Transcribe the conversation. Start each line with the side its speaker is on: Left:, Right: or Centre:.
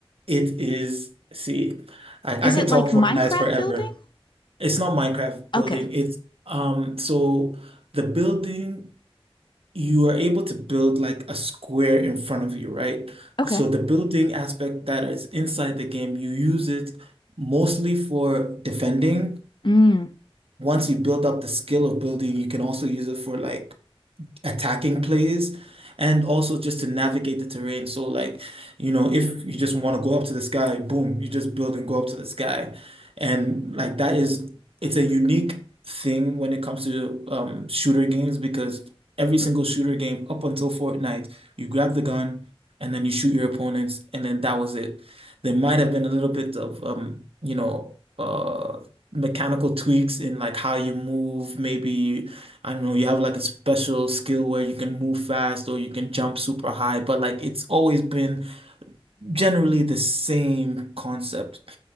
Right: it is, see, I,
Left: Is
Right: I could
Left: it
Right: talk
Left: like
Right: Fortnite
Left: Minecraft
Right: forever.
Left: building?
Right: It's not Minecraft building.
Left: Okay.
Right: It's um so the building you are able to build like a square in front of you, right?
Left: Okay.
Right: So the building aspect that is inside the game, you use it mostly for defending.
Left: Mm.
Right: Once you build up the skill of building, you can also use it for like attacking plays and also just to navigate the terrain. So like, you know, if you just want to go up to this guy, boom, you just build and go up to this guy, And like that is it's a unique thing when it comes to um shooter games because every single shooter game up until Fortnite, you grab the gun and then you shoot your opponents and then that was it. There might have been a little bit of um, you know, uh mechanical tweaks in like how you move, maybe I don't know, you have like a special skill where you can move fast or you can jump super high, but like it's always been generally the same concept.